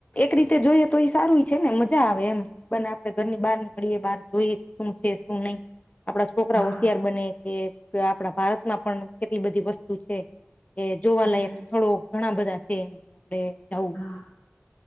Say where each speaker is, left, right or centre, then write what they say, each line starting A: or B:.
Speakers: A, on the left; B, on the left.
A: એક રીતે જોઈએ તો એ સારું છે ને મજા આવે એમ. બને આપડે ઘરની બહાર નીકળએ બહાર જોઈએ કે શું છે શું નહી. આપણા છોકરા
B: હા
A: હોશિયાર બને કે આપણા ભારતમાં પણ કેટલી બધી વસ્તુ છે. કે જોવાલાયક
B: હમ
A: સ્થળો ઘણા બધા છે એમ કે આપડે જવું
B: હા